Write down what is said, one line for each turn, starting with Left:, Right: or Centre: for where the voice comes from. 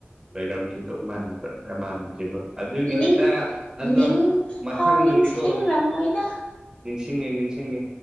Right: ꯂꯩꯔꯝꯈꯤꯗꯧ ꯃꯟꯕ ꯑꯥ ꯃꯥꯟꯅꯗ꯭ꯦꯔꯤꯕ ꯑꯗꯨꯒꯤꯅꯦꯇ
Left: ꯅꯤꯡ
Right: ꯑꯗꯣ
Left: ꯅꯤꯡ
Right: ꯃꯊꯪꯗꯗꯤꯀꯣ
Left: ꯐꯥꯎ ꯅꯤꯡꯁꯤꯡꯔꯝꯃꯣꯏꯗ
Right: ꯅꯤꯡꯁꯤꯡꯉꯦ ꯅꯤꯡꯁꯤꯡꯉꯦ